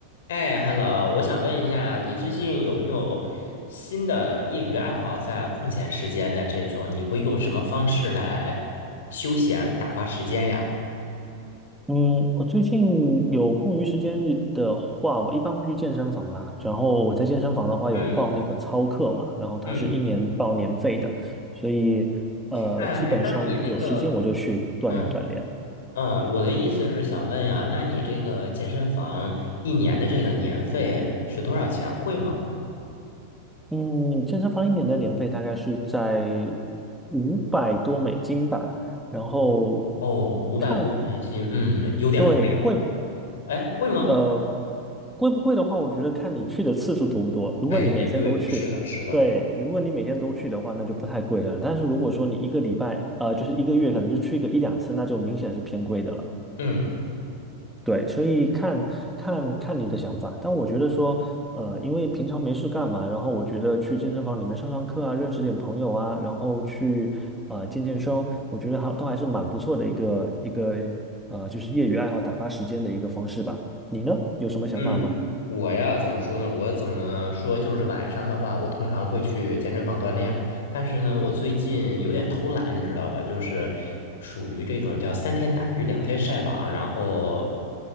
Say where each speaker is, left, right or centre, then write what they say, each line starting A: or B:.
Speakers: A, on the left (about 60°); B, in the centre.
A: 哎，Hello，我想问一下，你最近有没有新的业余爱好？在空闲时间的这种，你会用什么方式来休闲打发时间呀？
B: 嗯，我最近有空余时间的话，我一般会去健身房啦。然后我在健身房的话有报那个操课嘛，
A: 嗯
B: 然后它是一年报年费的，
A: 嗯，
B: 所以呃，
A: 哎，
B: 基本上有时间我就去锻炼锻炼。
A: 那你那个，嗯嗯，我的意思是想问呀，那你这个健身房一年的这个年费是多少钱？贵吗？
B: 嗯，健身房一年的年费大概是在五百多美金吧，然后
A: 哦，五百多美金，
B: 看，
A: 嗯，有点贵哦。
B: 对，贵，不？
A: 哎，贵吗？
B: 呃，贵不贵的话，我觉得看你去的次数多不多。如果你每天都去，
A: 哎，也对，是的，是的，
B: 对，如果你每天都去的话，那就不太贵了。但是如果说你一个礼拜，呃，就是一个月，可能就去个一两次，那就明显是偏贵的了。
A: 嗯。
B: 对，所以看看看你的想法，但我觉得说，呃，因为平常没事干嘛，然后我觉得去健身房里面上上课啊，认识点朋友啊，然后去呃健健身，我觉得还都还是蛮不错的一个一个呃，就是业余爱好打发时间的一个方式吧。你呢，有什么想法吗？
A: 嗯，我呀，怎么说呢？我怎么说？就是晚上的话，我通常会去健身房锻炼。但是呢，我最近有点偷懒，你知道吧？就是属于这种叫三天打鱼两天晒网，然后